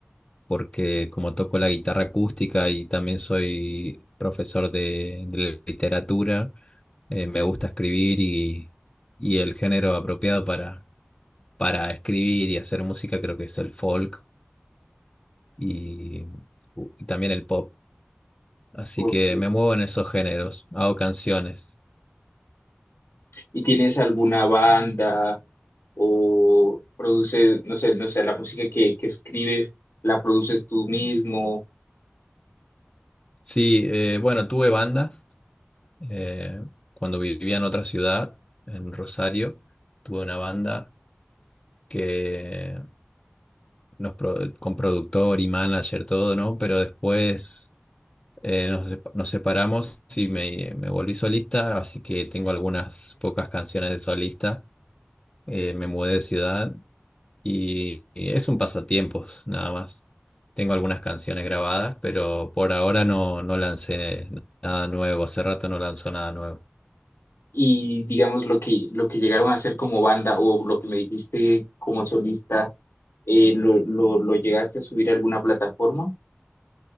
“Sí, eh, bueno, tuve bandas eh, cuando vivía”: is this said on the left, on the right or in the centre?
Left